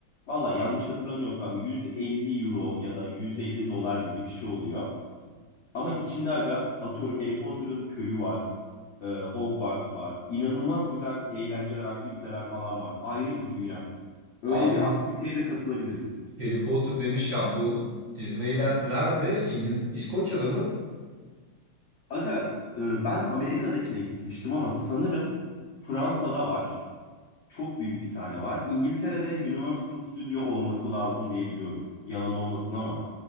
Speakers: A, on the left; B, on the right.
A: Valla yanlış hatırlamıyorsam 150 euro ya da 150 dolar gibi bir şey oluyor. Ama içinde aga atıyorum Harry Potter'ın köyü var. e, Hogwarts var. İnanılmaz güzel eğlenceler, aktiviteler falan var. Ayrı bir dünya. Öyle
B: Abi
A: bir aktiviteye de katılabiliriz.
B: Harry Potter demiş ya bu Disneyland nerede? İngil İskoçya'da mı?
A: Aga e, ben Amerika'dakine gitmiştim ama sanırım Fransa'da var. Çok büyük bir tane var. İngiltere'de Universal Studio olması lazım diye biliyorum. Yalan olmasın ama.